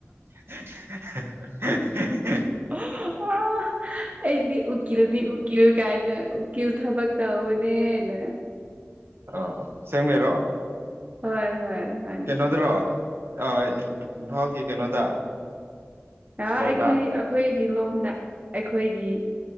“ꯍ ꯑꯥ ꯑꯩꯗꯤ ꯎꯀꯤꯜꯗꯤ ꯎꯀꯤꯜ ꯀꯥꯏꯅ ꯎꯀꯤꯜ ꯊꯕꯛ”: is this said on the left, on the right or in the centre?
Right